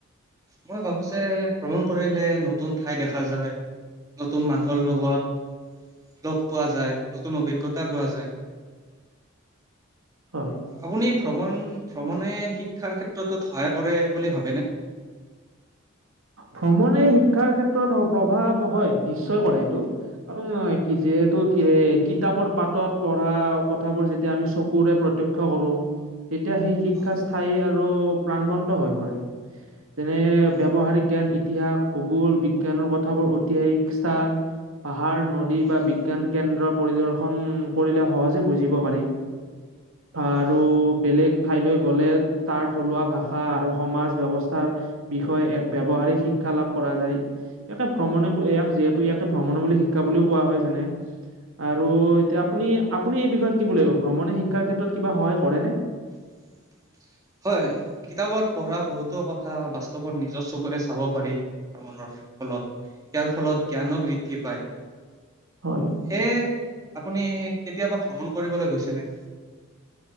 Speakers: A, on the right; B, on the right.
A: মই ভাবো যে ভ্ৰমণ কৰিলে নতুন ঠাই দেখা যায় নতুন মানুহৰ লগত লগ পোৱা যায় নতুন অভিজ্ঞতা পোৱা যায়
B: হয়।
A: আপুনি ভ্ৰমণ ভ্ৰমণে শিক্ষাৰ ক্ষেত্ৰতত সহায় পৰে বুলি ভাবেনে
B: ভ্ৰমণে শিক্ষাৰ ক্ষেত্ৰত প্ৰভাৱ হয় নিশ্চয় কৰে এইটো কাৰণ কি যিহেতু কি কিতাপৰ পাতত পঢ়া কথাবোৰ যেতিয়া আমি চকুৰে প্ৰতক্ষয় কৰো তেতিয়া সেই শিক্ষা
A: অ',
B: স্থায়ী আৰু প্ৰাণবন্ত হৈ পৰে যেনে
A: অ',
B: ব্য্ৱহাৰিক জ্ঞান ইতিহাস ভূগোল বিজ্ঞানৰ কথাবোৰ ঐতিহাসিক সান পাহাৰ নদী
A: অ',
B: বা বিজ্ঞান কেন্দ্ৰ পৰিদৰ্শন কৰিলে সহজে বুজিব পাৰি বা
A: অ'।
B: আৰু বেলেগ খাইলৈ গ'লে তাৰ থলুৱা ভাষা আৰু সমাজ ব্যৱস্থা াৰ বিষয়ে এক ব্য্ৱহাৰিক শিক্ষা লাভ কৰা যায় ইয়াকে ভ্ৰমণে ইয়াক যিহেতু ইয়াকে ভ্ৰমণ মূল শিক্ষা বুলিও কোৱা হয় যেনে আৰু এতিয়া আপুনি আপুনি এই বিষয়ত কি বুলি লাগিব ভ্ৰমণে শিক্ষাৰ ক্ষেত্ৰত কিবা সহায় কৰেনে
A: <inaudible> হয় কিতাপত পঢ়া বহুতো কথা বাস্তৱত নিজৰ চকুৰে চাব পাৰি ভৰ ফলত ইয়াৰ ফলত জ্ঞানো বৃদ্ধি পায়
B: হয়
A: সেয়ে আপুনি কেতিয়াবা ভ্ৰমণ কৰিবলৈ গৈছেনে